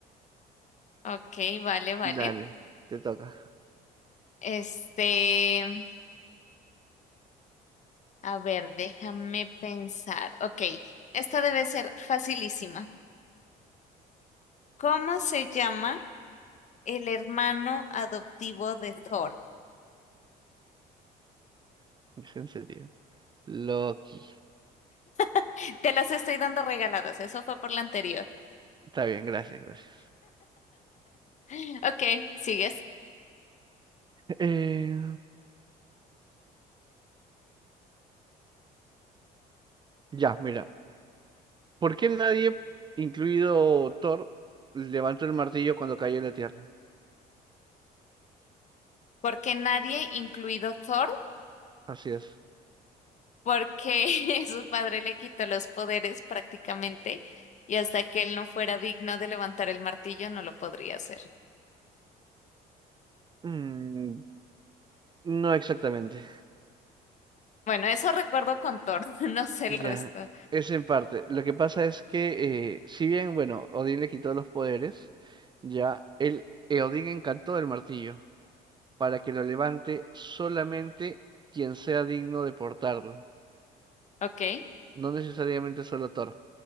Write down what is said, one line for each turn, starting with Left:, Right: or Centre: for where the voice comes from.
Left: Ok, vale, vale.
Right: Dale, te toca.
Left: Este, a ver, déjame pensar. Ok, esta debe ser facilísima. ¿Cómo se llama el hermano adoptivo de Thor?
Right: es en serio. Loki.
Left: <laughs> Te las estoy dando regaladas, eso fue por la anterior.
Right: Está bien, gracias, gracias.
Left: <gasps> Ok, sigues.
Right: Eh, ya, mira. ¿Por qué nadie, incluido Thor, levantó el martillo cuando cayó en la tierra?
Left: Porque nadie, incluido Thor,
Right: Así es.
Left: porque <laughs> su padre le quitó los poderes prácticamente y hasta que él no fuera digno de levantar el martillo no lo podría hacer.
Right: Mm, no exactamente.
Left: Bueno, eso recuerdo con Thor, <laughs> no sé el
Right: Ya,
Left: resto.
Right: es en parte. Lo que pasa es que, eh, si bien, bueno, Odín le quitó los poderes, ya, él, eh, Odín encantó el martillo. para que lo levante solamente quien sea digno de portarlo,
Left: Ok,
Right: no necesariamente solo Thor.